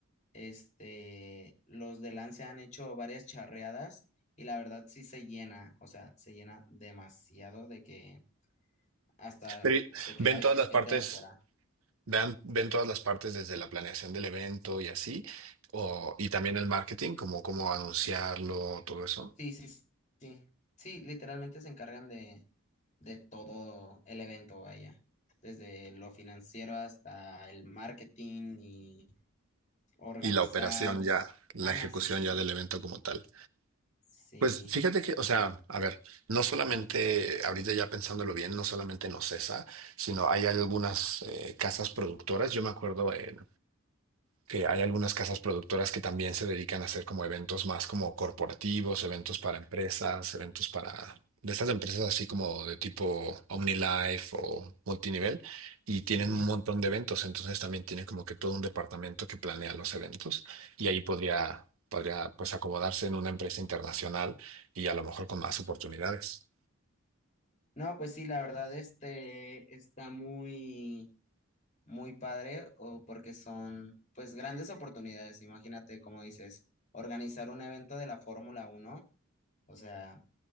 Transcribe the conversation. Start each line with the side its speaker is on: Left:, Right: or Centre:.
Left: Este, los de Lance han hecho varias charreadas y la verdad sí se llena, o sea, se llena demasiado de que hasta
Right: Pero y-
Left: se queda
Right: ven
Left: a veces
Right: todas las
Left: gente
Right: partes,
Left: de afuera.
Right: vean, ven todas las partes desde la planeación del evento y así, o, y también el marketing, como cómo anunciarlo, todo eso,
Left: Sí, sí, sí. Sí, literalmente se encargan de, de todo el evento, vaya, desde lo financiero hasta el marketing y organizar.
Right: y la operación ya, la
Left: Ajá,
Right: ejecución
Left: sí, sí, sí.
Right: ya del evento como tal.
Left: Sí.
Right: Pues fíjate que, o sea, a ver, no solamente, ahorita ya pensándolo bien, no solamente en OCESA, sino hay algunas eh, casas productoras. Yo me acuerdo en, que hay algunas casas productoras que también se dedican a hacer como eventos más como corporativos, eventos para empresas, eventos para de estas empresas así como de tipo OmniLife o multinivel y tienen
Left: ujú.
Right: un montón de eventos, entonces también tienen como que todo un departamento que planea los eventos y ahí podría podría pues acomodarse en una empresa internacional y a lo mejor con más oportunidades.
Left: No, pues sí, la verdad, este está muy, muy padre, o porque son, pues, grandes oportunidades. Imagínate, como dices, organizar un evento de la Fórmula Uno, o sea,